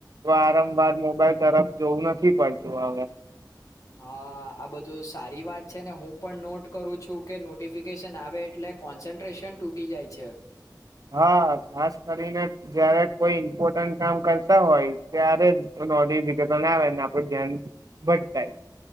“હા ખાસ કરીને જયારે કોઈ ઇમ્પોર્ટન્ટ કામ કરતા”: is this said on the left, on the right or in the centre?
Right